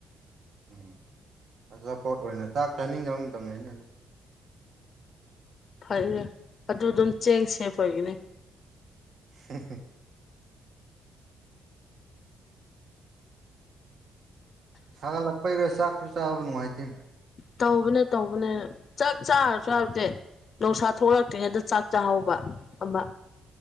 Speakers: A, on the right; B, on the left.
A: ꯎꯝ ꯑꯆꯥꯄꯣꯠ ꯑꯣꯏꯅ ꯆꯥꯛ ꯆꯥꯅꯤꯡꯗꯕ ꯃꯇꯝꯗ ꯑꯩꯅ ꯑꯗꯨꯝ
B: ꯐꯔꯦ ꯑꯗꯨ ꯑꯗꯨꯝ ꯆꯦꯡꯁꯦꯡꯄꯒꯤꯅꯤ
A: ꯍꯤꯩꯍꯤ <unintelligible> ꯁꯥꯒꯠꯂꯛꯄꯩꯔꯦ ꯆꯥꯛꯁꯨ ꯆꯥꯕ ꯅꯨꯡꯉꯥꯏꯇꯦ
B: ꯇꯧꯕꯅꯦ ꯇꯧꯕꯅꯦ ꯆꯥꯛ ꯆꯥꯔꯁꯨ ꯍꯥꯏꯕꯗꯤ ꯧꯁꯥ ꯊꯣꯛꯂꯛꯇ꯭ꯔꯤꯉꯩꯗ ꯆꯥꯛ ꯆꯥꯍꯕ ꯑꯃ